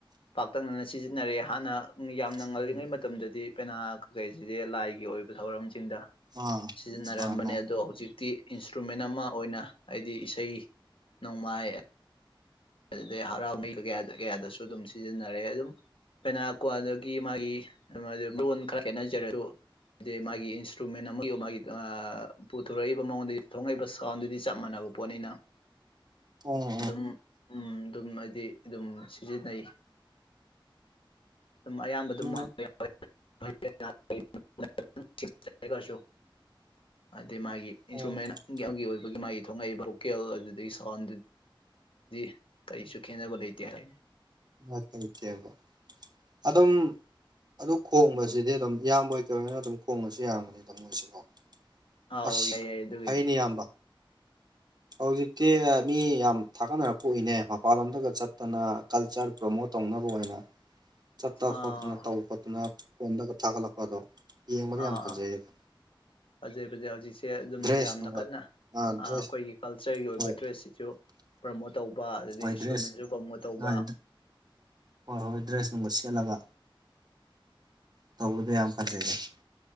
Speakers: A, on the left; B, on the right.
A: ꯄꯥꯛꯇꯛꯅꯅ ꯁꯤꯖꯤꯟꯅꯔꯑꯦ ꯍꯥꯟꯅ ꯎꯝ ꯌꯥꯝꯅ
B: ꯁꯤꯖꯤꯟꯅꯩ
A: ꯉꯜꯂꯤꯉꯩ ꯃꯇꯝꯗꯗꯤ ꯄꯦꯅꯥ ꯀꯩ ꯀꯩꯁꯤꯗꯤ ꯂꯥꯏꯒꯤ ꯑꯣꯏꯕ ꯊꯧꯔꯝꯁꯤꯡꯗ
B: ꯑꯥ
A: ꯁꯤꯖꯤꯟꯅꯔꯝꯕꯅꯦ
B: ꯑꯥ ꯂꯥꯏ
A: ꯑꯗꯣ ꯍꯧꯖꯤꯛꯇꯤ ꯏꯟꯁꯇ꯭ꯔꯨꯃꯦꯟ ꯑꯃ ꯑꯣꯏꯅ ꯍꯥꯏꯗꯤ ꯏꯁꯩ ꯅꯣꯡꯃꯥꯏ ꯑꯗꯨꯗꯒꯤ ꯍꯔꯥꯎ ꯀꯨꯃꯩ ꯀꯌꯥ ꯀꯌꯥꯗꯁꯨ ꯑꯗꯨꯝ ꯁꯤꯖꯤꯟꯅꯔꯦ ꯑꯗꯨꯝ ꯑꯩꯈꯣꯏꯅ <unintelligible> ꯃꯥꯒꯤ ꯃꯔꯣꯟ ꯈꯔ ꯈꯦꯠꯅꯖꯔꯁꯨ ꯍꯥꯏꯗꯤ ꯃꯥꯒꯤ ꯏꯟꯁꯇ꯭ꯔꯨꯃꯦꯟ ꯑꯃꯒꯤ ꯃꯥꯒꯤ ꯄꯨꯊꯣꯔꯛꯏꯕ ꯃꯉꯣꯟꯗꯒꯤ ꯊꯣꯛꯉꯛꯏꯕ ꯁꯥꯎꯟꯗꯨꯗꯤ ꯆꯞ ꯃꯥꯟꯅꯕ ꯄꯣꯠꯅꯤꯅ
B: ꯑꯣ ꯑꯣ ꯑꯣ
A: ꯑꯗꯨꯝ ꯑꯗꯨꯝ ꯍꯥꯏꯗꯤ ꯑꯗꯨꯝ ꯁꯤꯖꯤꯟꯅꯩ ꯑꯗꯨꯝ ꯑꯌꯥꯝꯕ ꯑꯗꯨꯝ
B: ꯑꯗꯨ
A: <unintelligible> <unintelligible> ꯑꯗꯩ ꯃꯥꯒꯤ ꯏꯟꯁꯇ꯭ꯔꯨꯃꯦꯟꯒꯤ
B: ꯑꯣ
A: ꯑꯣꯏꯕꯒꯤ ꯃꯥꯒꯤ ꯊꯣꯛꯂꯛꯏꯕ ꯚꯣꯀꯦꯜ ꯑꯗꯨꯗꯒꯤ ꯁꯥꯎꯟꯗꯨ ꯗꯤ ꯀꯔꯤꯁꯨ ꯈꯦꯠꯅꯕ ꯂꯩꯇꯦ ꯍꯥꯏꯇꯥꯏ
B: <unintelligible> ꯑꯗꯨꯝ ꯑꯗꯨ ꯈꯣꯡꯕꯁꯤꯗꯤ ꯑꯗꯨꯝ ꯏꯌꯥꯝꯕ ꯑꯣꯏ ꯀꯩ ꯑꯣꯏꯅ ꯑꯗꯨꯝ ꯈꯣꯡꯉꯁꯨ ꯌꯥꯔꯝꯒꯅꯤꯗ ꯃꯣꯏꯁꯤꯀꯣ
A: ꯑꯥꯎ
B: ꯑꯁ
A: ꯌꯥꯏ ꯌꯥꯏ ꯑꯗꯨꯒꯤꯗꯤ
B: ꯐꯩꯅꯦ ꯏꯌꯥꯝꯕ ꯍꯧꯖꯤꯛꯇꯤ ꯃꯤ ꯌꯥꯝ ꯊꯥꯒꯠꯅꯔꯛꯄ ꯎꯏꯅꯦ ꯃꯄꯥꯟꯂꯣꯝꯗꯒ ꯆꯠꯇꯅ ꯀꯜꯆꯔ ꯄ꯭ꯔꯣꯃꯣꯠ ꯇꯧꯅꯕ ꯑꯣꯏꯅ ꯆꯠꯇ
A: ꯑꯥ
B: ꯈꯣꯠꯇꯅ ꯇꯧꯕ ꯈꯣꯠꯇꯅ ꯐꯣꯟꯗꯒ ꯊꯥꯒꯠꯂꯛꯄꯗꯣ ꯌꯦꯡꯕꯗ
A: ꯑꯥ
B: ꯌꯥꯝ ꯐꯖꯩꯌꯦ
A: ꯑꯥ ꯐꯖꯩ ꯐꯖꯩ ꯍꯧꯖꯤꯛꯁꯦ ꯑꯗꯨꯝ
B: ꯗ꯭ꯔꯦꯁ
A: ꯌꯥꯝꯅ
B: ꯅꯨꯡꯒ
A: ꯀꯟꯅ
B: ꯑꯥ ꯗ꯭ꯔꯦꯁ
A: ꯑꯩꯈꯣꯏꯒꯤ ꯀꯜꯆꯔꯒꯤ ꯑꯣꯏꯕ
B: ꯍꯣꯏ
A: ꯗ꯭ꯔꯦꯁꯁꯤꯁꯨ ꯄ꯭ꯔꯃꯣꯠ ꯇꯧꯕ ꯑꯗꯨꯗꯒꯤ
B: ꯍꯣꯏ
A: ꯏꯟꯁꯇ꯭ꯔꯨꯃꯦꯟꯁꯨ
B: ꯗ꯭ꯔꯦꯁ
A: ꯄ꯭ꯔꯃꯣꯠ ꯇꯧꯕ
B: ꯍꯣꯏ ꯍꯣꯏ ꯍꯣꯏ ꯗ꯭ꯔꯦꯁ ꯅꯨꯡꯕ ꯁꯦꯠꯂꯒ ꯇꯧꯕꯗ ꯌꯥꯝ ꯐꯖꯩꯌꯦꯕ